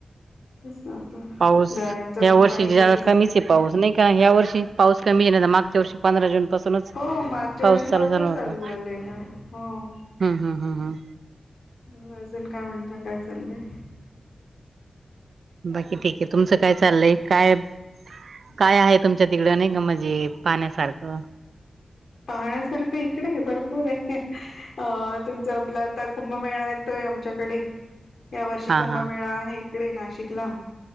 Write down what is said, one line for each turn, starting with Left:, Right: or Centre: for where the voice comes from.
Left: तेच ना आता
Right: पाऊस
Left: धरणच
Right: या
Left: पण
Right: वर्षी
Left: पाणी
Right: जरा
Left: कमी झालं.
Right: कमीच आहे पाऊस नाय का ह्या वर्षी पाऊस कमी ये ना त मागच्या वर्षी पंधरा जून पासूनच
Left: हो मागच्या
Right: पाऊस
Left: वर्षी
Right: चालू
Left: लवकर
Right: झाला होता.
Left: झालेलं हो
Right: हूं हूं हूं हूं
Left: मग अजून काय म्हणता काय चाललंय
Right: बाकी ठीकये तुमचं काय चाललंय काय काय आहे तुमच्या तिकडं नाय का म्हणजे पाहण्यासारखं
Left: पाहण्यासारखं इकडे भरपूर ये अ तुमचा आपला आता कुंभमेळा येतोय आमच्याकडे
Right: <inaudible>
Left: या वर्षी
Right: हा
Left: कुंभमेळा
Right: हा
Left: आहे इकडे नाशिकला